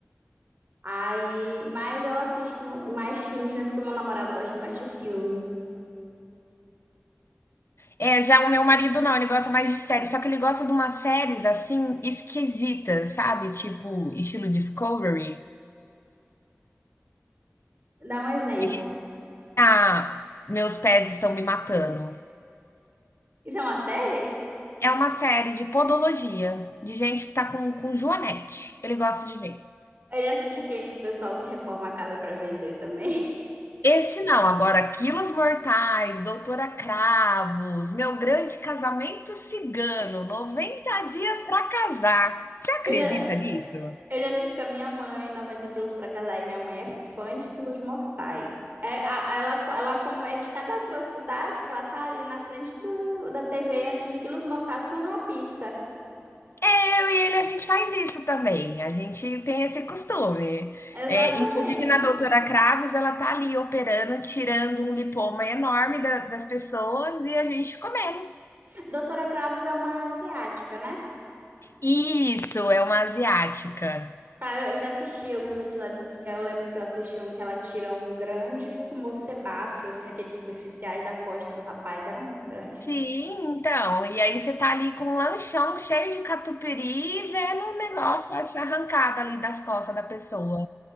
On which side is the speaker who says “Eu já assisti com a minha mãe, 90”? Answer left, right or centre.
Right